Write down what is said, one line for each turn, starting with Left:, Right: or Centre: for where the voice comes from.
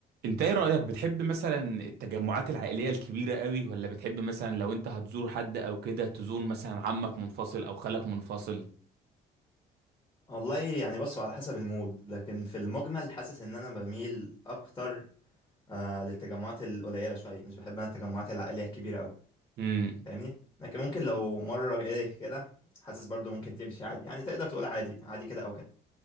Right: انت ايه رأيك بتحب مثلا التجمعات العائلية الكبيرة قوي ولا بتحب مثلا لو انت هتزور حد او كده تزور مثلا عمك منفصل او خالك منفصل
Left: والله يعني بصوا على حسب المود لكن في المجمل حاسس ان انا بميل اكتر آه للتجمعات القليله شويه مش بحب انا التجمعات العائليه الكبيره قوي
Right: امم
Left: فاهمني لكن ممكن لو مره ايه كده حاسس برضو ممكن تمشي عادي يعني تقدر تقول عادي عادي كده او كده